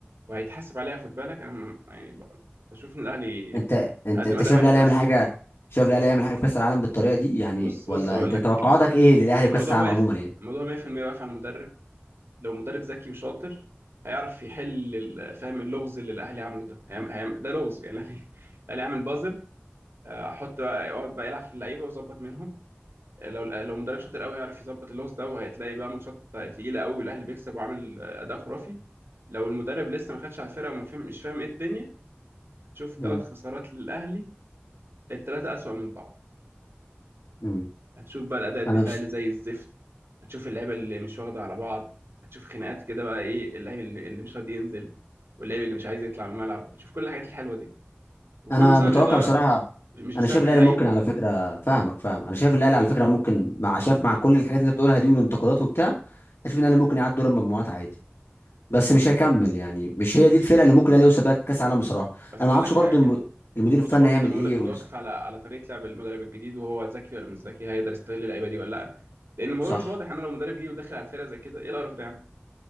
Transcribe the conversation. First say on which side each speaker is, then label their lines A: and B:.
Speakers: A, on the right; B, on the left.
A: وهيتحاسب عليها خد بالك انا م- يعني ب- بشوف ان الاهلي
B: أنت أنت
A: هقدم
B: أنت
A: اداء
B: شايف
A: وحش
B: الأهلي
A: اصلا
B: يعمل حاجة شايف الأهلي يعمل حاجة في كأس العالم بالطريقة دي يعني
A: بص
B: ولا
A: بص اقول
B: أنت
A: لك
B: توقعاتك إيه للأهلي في
A: الموضوع
B: كأس العالم
A: واقف
B: عموما يعني
A: الموضوع 100% واقف على المدرب لو مدرب ذكي وشاطر هيعرف يحل ال- فاهم اللغز اللي الاهلي عمله ده هيعم- هيعم- ده لغز يعني الاهلي الاهلي عامل بازل آه، احط بقى اقعد بقى يلعب في اللعيبه ويظبط منهم آه، لو لو مدرب شاطر قوي يعرف يظبط اللغز ده وهتلاقي بقى ماتشات تقيله قوي والاهلي بيكسب وعامل آه، اداء خرافي لو المدرب لسه ما خدش على الفرقه وما فهم مش فاهم ايه الدنيا هتشوف ثلاث
B: امم
A: خسارات للاهلي التلاتة أسوأ من بعض
B: امم
A: هتشوف بقى الأداء الدفاعي
B: أنا بس
A: اللي زي الزفت هتشوف اللعيبة اللي مش واخدة على بعض هتشوف خناقات كده بقى إيه اللعيب اللي اللي مش راضي ينزل واللعيب اللي مش عايز يطلع من الملعب هتشوف كل الحاجات الحلوة دي وكله
B: أنا
A: بسبب
B: متوقع
A: الإدارة
B: بصراحة
A: مش بسبب
B: أنا شايف الأهلي
A: اللعيبة
B: ممكن على فكرة فاهمك فاهم أنا شايف الأهلي على فكرة ممكن مع شايف مع كل الحاجات اللي أنت بتقولها دي والانتقادات وبتاع أشوف إن الأهلي ممكن يعدي دور المجموعات عادي بس مش هيكمل يعني مش هي دي الفرقه اللي ممكن الاهلي يوصل بيها كاس العالم بصراحه
A: بس
B: انا ما
A: هقول
B: اعرفش
A: لك
B: برضو
A: حاجة
B: الم... المدير
A: الموضوع
B: الفني
A: برضه
B: هيعمل
A: زي ما
B: ايه
A: بقول لك متوقف
B: وال...
A: على على طريقة لعب المدرب الجديد وهو ذكي ولا مش ذكي هيقدر يستغل اللعيبة دي ولا لأ لأن الموضوع
B: صح
A: مش واضح أنا لو مدرب جه ودخل على الفرقة زي كده إيه القرف ده يا عم